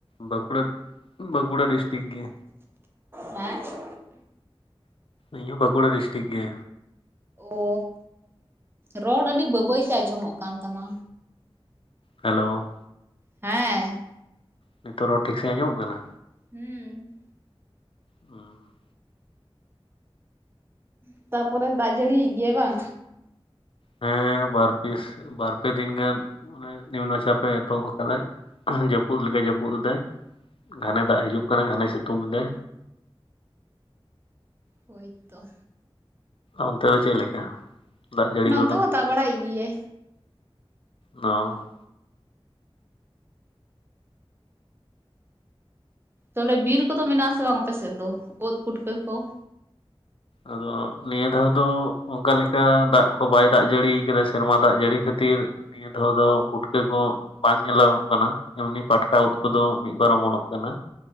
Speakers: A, on the left (about 65°); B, on the right (about 25°).
A: ᱵᱟᱸᱠᱩᱲᱟ, ᱵᱟᱸᱠᱩᱲᱟ ᱰᱤᱥᱴᱤᱠ ᱜᱮ᱾
B: ᱦᱮᱸ
A: ᱤᱧ ᱦᱚᱹ ᱵᱟᱸᱠᱩᱲᱟ ᱰᱤᱥᱴᱤᱠ ᱜᱮ᱾
B: ᱚ ᱨᱚᱲ ᱟᱹᱰᱤ ᱵᱟᱸᱵᱟᱹᱭᱛᱮ ᱟᱸᱡᱚᱢᱚᱜ ᱠᱟᱱ ᱛᱟᱢᱟ?
A: ᱦᱮᱞᱳ᱾
B: ᱦᱮᱸ
A: ᱱᱤᱛᱚᱜ ᱨᱚᱲ ᱴᱷᱤᱠ ᱥᱟᱦᱤᱧ ᱟᱡᱚᱢᱚᱜ ᱠᱟᱱᱟ?
B: ᱦᱩᱸ᱾
A: ᱦᱩᱸ
B: ᱩ ᱛᱟᱯᱚᱨᱮ ᱫᱟᱜ ᱡᱟᱹᱲᱤᱭᱮ ᱦᱩᱭᱟᱭ ᱵᱟᱝ?
A: ᱦᱮᱸ ᱵᱟᱨ ᱯ ᱵᱟᱨᱯᱮ ᱫᱤᱱ ᱜᱟᱱᱻ ᱚᱱᱮ ᱱᱤᱢᱱ ᱪᱟᱯᱮ ᱮᱛᱚᱦᱚᱵ ᱠᱟᱫᱟ ᱡᱟᱹᱯᱩᱫ ᱞᱮᱠᱟᱟᱭ ᱡᱟᱹᱯᱩᱫ ᱮᱫᱟᱭ᱾ ᱜᱷᱟᱱᱮ
B: ᱚ
A: ᱫᱟ ᱦᱤᱡᱩᱜ ᱠᱟᱱᱟ ᱜᱷᱟᱱᱮ ᱥᱤᱛᱩᱝ ᱫᱟ᱾
B: ᱦᱳᱭ ᱛᱚ
A: ᱚᱱᱛᱮ ᱫᱚ ᱪᱮᱫ ᱞᱮᱠᱟ ᱫᱟ ᱡᱟᱹᱲᱤ
B: ᱱᱚᱱᱛᱮ
A: ᱠᱚᱫᱚ?
B: ᱦᱚᱸ ᱫᱟᱜ ᱵᱟᱲᱟᱭᱮᱜ ᱜᱮᱭᱟᱭ᱾
A: ᱫᱚᱼᱼ
B: ᱛᱟᱦᱞᱮ ᱵᱤᱨ ᱠᱚᱫᱚ ᱢᱮᱱᱟᱜ ᱟᱥᱮ ᱵᱟᱝ ᱟᱯᱮ ᱥᱮᱫ ᱫᱚ ᱩᱫ ᱯᱩᱴᱠᱟᱹ ᱠᱚ?
A: ᱟᱫᱚ ᱱᱤᱭᱟᱹ ᱫᱷᱟᱣ ᱫᱚ ᱚᱱᱠᱟ ᱞᱮᱠᱟ ᱫᱟᱜ ᱠᱚ ᱵᱟᱭ ᱫᱟᱜ ᱡᱟᱹᱲᱤ ᱠᱟᱫᱟ ᱥᱮᱨᱢᱟ ᱫᱟᱜ ᱡᱟᱹᱲᱤ ᱠᱷᱟᱹᱛᱤᱨᱻ ᱱᱤᱭᱟᱹ ᱫᱷᱟᱣ ᱫᱚ ᱩᱩᱴᱠᱟᱹ ᱠᱚᱼᱼ ᱵᱟᱝ ᱧᱮᱞᱚᱸ ᱠᱟᱱᱟ ᱮᱢᱱᱤ ᱯᱟᱴᱠᱟ ᱩᱫ ᱠᱚᱫᱚ ᱢᱤᱫᱵᱟᱨ ᱚᱢᱚᱱᱚᱜ ᱠᱟᱱᱟ᱾